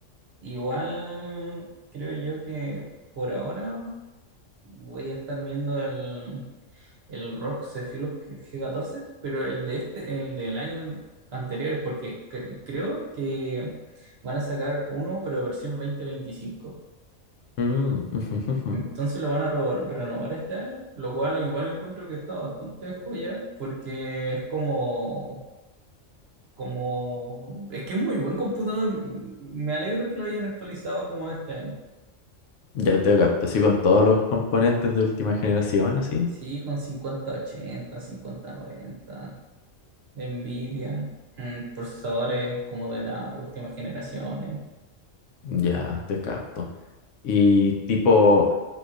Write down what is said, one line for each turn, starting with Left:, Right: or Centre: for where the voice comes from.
Right: Igual creo yo que por ahora voy a estar viendo el el ROG Zephyrus g catorce pero el de este, el del año anterior, porque cre- creo que van a sacar uno, pero versión dos mil veinticinco
Left: Mm, <laughs> ujú, ujú.
Right: Entonces lo van a reno- renovar este año, lo cual igual encuentro que está bastante joya, porque es como, como, es que es muy buen computador. Me alegro que lo hayan actualizado como este año.
Left: Ya te capto, así con todos los componentes de última generación, así.
Right: Sí, con cincuenta ochenta cincuenta noventa de Nvidia, mm, procesadores como de las últimas generaciones.
Left: Ya te capto. Y tipo,